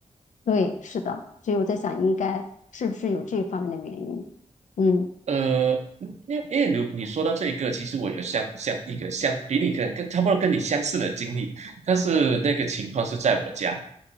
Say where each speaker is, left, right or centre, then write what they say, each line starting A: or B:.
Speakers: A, on the left; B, on the right.
A: 对，是的，所以我在想，应该是不是有这方面的原因？嗯，
B: 呃，因为因为你你说到这一个，其实我有相相一个相比你跟跟差不多跟你相似的经历，但是那个情况是在我家。